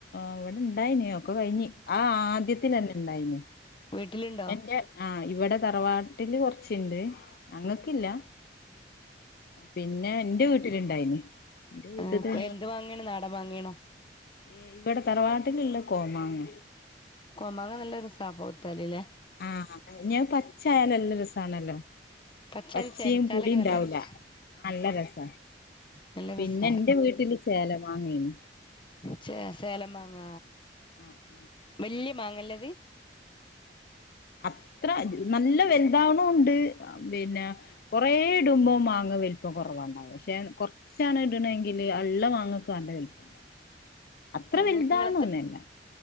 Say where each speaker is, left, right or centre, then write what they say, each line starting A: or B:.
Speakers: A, on the left; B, on the left.
A: അവിടെ ഇണ്ടായി നീ ഒക്കെ കഴിഞ് ആ ആദ്യത്തിന്നെ ഇണ്ടായിന്
B: വീട്ടിലുണ്ടോ
A: എന്റെ ആഹ് ഇവിടെ തറവാട്ടില് കൊറച്ചുണ്ട് അങ്ങളക്കില്ല പിന്നെ എന്റെ വീട്ടിലുണ്ടായിന് എന്റെ വീട്ടിത്തെ
B: ഉം എന്ത് വാങ്ങീണം നാടൻ വാങ്ങിയണം
A: ഇ ഇവിടെ തറവാട്ടിലുള്ള കോമാങ്ങ
B: കോമാങ്ങ നല്ല <unintelligible>
A: ആഹ് ഹ് ഞാൻ പച്ച നല്ല രസാണല്ലോ
B: പച്ചാല്
A: പച്ചയും
B: ചേനച്ചാലൊക്കെ
A: പുളിയും ഉണ്ടാവൂല
B: നല്ല രസാ
A: നല്ല രസ
B: നല്ല രസാ
A: പിന്നെ എന്റെ വീട്ടില് ചേലം വാങ്ങന്
B: ച സേലംമാങ്ങ
A: ആഹ് ആഹ്
B: വലിയ മാങ്ങല്ലത്
A: അത്ര നല്ല വലുതാവണണ്ട് പിന്നെ കൊറ ഇടുമ്പോ വാങ്ങ വലുപ്പം കുറവാണ്ടാവും പക്ഷെ കുറച്ചാണ് ഇടണമെങ്കില് അള്ള മാങ്ങക്ക് നല്ല വലുപ്പംണ്ടാവും അത്ര വലുതാണമെന്നില്ല
B: നീളത്തിലുള്ള